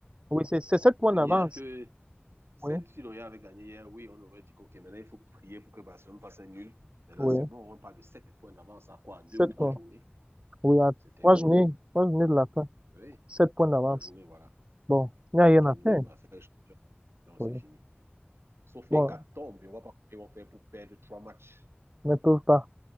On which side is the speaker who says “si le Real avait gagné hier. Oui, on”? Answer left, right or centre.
Right